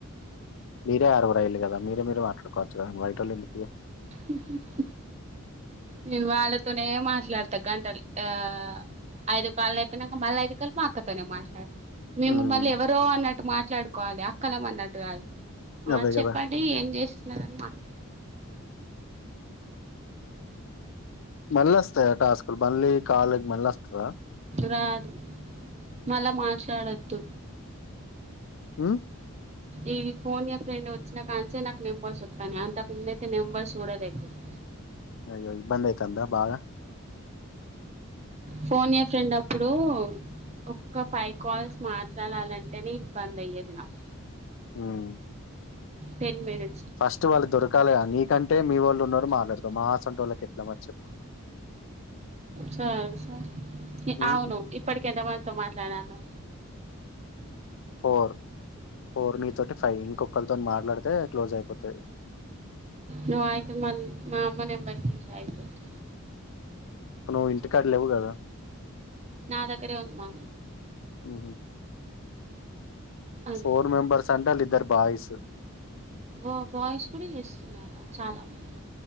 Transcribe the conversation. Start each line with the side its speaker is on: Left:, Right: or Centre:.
Left: మీరే ఆరుగురు రైలు కదా మీరు మీరు మాట్లాడుకోవచ్చు కదా బయటోళ్ళుందుకు
Right: ఉ హు నేను వాళ్ళతోనే మాట్లాడతా గంటలు ఆ ఐదు కాల్లు అయిపోయినాక మళ్ళీ ఐదు కాల్లు మా అక్కతోనే మాట్లాడ్ మేము
Left: ఉమ్
Right: మళ్ళీ ఎవరో అన్నట్టు మాట్లాడుకోవాలే అక్కలం అన్నట్టు గాదు ఆ
Left: అదే
Right: చెప్పండి
Left: కదా
Right: ఏం చేస్తున్నరు <unintelligible>
Left: మళ్ళ వస్తాయ టాస్కుల్ మళ్ళీ కాల్ మళ్ళి వస్తద
Right: రాదు మళ్ళ మాట్లాడొద్దు
Left: ఉం
Right: ఈ ఫోన్ ఎ ఫ్రెండ్ వచ్చి నాకానుచే నాకు నెంబర్స్ వస్తానాయ్ అంతకు ముందతే నెంబర్స్ కూడా లేకుడె
Left: అయ్య ఇబ్బంధతుందా బాగా
Right: ఫోన్ ఏ ఫ్రెండ్ అప్పుడు ఒక్క ఫైవ్ కాల్స్ మాట్లాడాలంటేనే ఇబ్బంది అయ్యేది నాకు
Left: ఉమ్
Right: టెన్మినిట్
Left: ఫస్ట్ వాళ్ళు దొరకాల నీకంటే మీ వాళ్ళు ఉన్నారు మా మా అస్మంటోళ్ల కేట్లా మరి చెప్పు
Right: స స
Left: ఉమ్
Right: అవును ఇప్పటికెందమాతో మా ఇట్లాన్నానో
Left: ఫోర్ ఫోర్ నీతోటి ఫైవ్ ఇంకొకరితోన్ మాట్లాడు తే క్లోజ్ అయిపోతాది
Right: నువ్వు అయితే మళ్ళీ మా అమ్మ నెంబర్ జేసేయ్ అయిపోది
Left: నువ్వు ఇంటికాడ లేవు కదా
Right: నా దగ్గరే ఉంది మా
Left: ఉహు
Right: అది
Left: ఫోర్ మెంబర్స్ అంటె వాళ్ళ ఇద్దర్ బాయ్స్
Right: ఓ బాయ్స్ కూడా చేస్తున్నారు చాలా మంది